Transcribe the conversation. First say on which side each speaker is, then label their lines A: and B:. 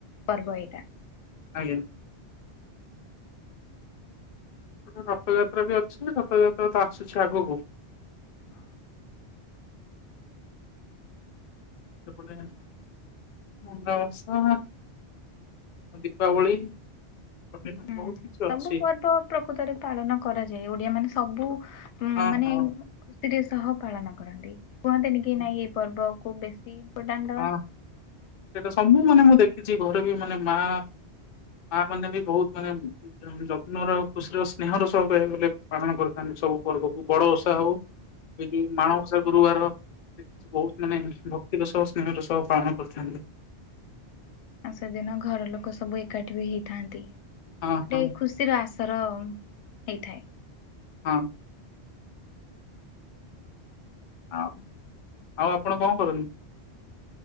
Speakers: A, on the left (about 80°); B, on the left (about 55°).
A: ପର୍ବ ଏଇଟା।
B: ଆଜ୍ଞା। ରଥଯାତ୍ରା ବି ଅଛି ରଥଯାତ୍ରା ତ ଆସୁଛି ଆଗକୁ।
A: ହଁ।
B: ସେପଟ ମୁଣ୍ଡ ମାସା ଦୀପାବଳି। ମାନେ
A: ହୁଁ
B: ବହୁତ କିଛି ଅଛି
A: ସବୁ ପର୍ବ ପ୍ରକୃତରେ ପାଳନ କରାଯାଏ ଓଡିଆ ମାନେ ସବୁ ଉ
B: ହଁ
A: ମାନେ
B: ହଁ
A: କୃସିରେ ସହ ପାଳନ କରନ୍ତି। କୁହନ୍ତିନି କି
B: ହଁ
A: ନାହିଁ ଏହି ପର୍ବକୁ ବେଶୀ ଇମ୍ପୋର୍ଟାଣ୍ଟ ଦବା
B: ହଁ ସେଟା ସବୁ ମାନେ ମୁଁ ଦେଖିଛି ଘରେ ବି ମାନେ ମା। ମାଁ ମାନେ ବି ବହୁତ ମାନେ ଯତ୍ନ ର ଖୁସିର ସ୍ନେହର ସହ ବ ପାଳନ କରିଥାନ୍ତି ସବୁ ପର୍ବକୁ ବଡ ଓଷା ହଉ। ଏଇ ଯୋଉ ମାଣବସା ଗୁରୁବାର ବହୁତ ମାନେ ଭକ୍ତିର ସହ ଦିନରୁ ସବ ପାଳନ କରିଥାନ୍ତି।
A: ସେଦିନ ଘର ଲୋକ ସବୁ ଏକାଠି ବି ହେଇଥାନ୍ତି
B: ହଁ
A: ଗୋଟେ
B: ହଁ
A: ଖୁସି ସିର ଆସର ହେଇଥାଏ।
B: ହଁ ଆଉ ଆଉ ଆପଣ କଣ କରନ୍ତି?